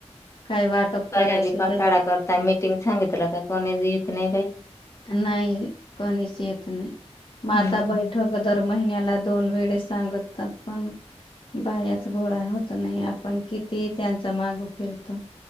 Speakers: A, on the left; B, on the left.
A: काय वाटप
B: सया
A: करायचं
B: बी कंटाळा
A: का
B: करता मीटिंग सांगितलं का कोणी बी येत नाही बाई
A: नाही कोणीच येत नाही माता
B: हम्म
A: बैठक दर महिन्याला दोन वेळे सांगतात पण बायाच गोळा होत नाही आपण किती त्यांचा माग फिरतो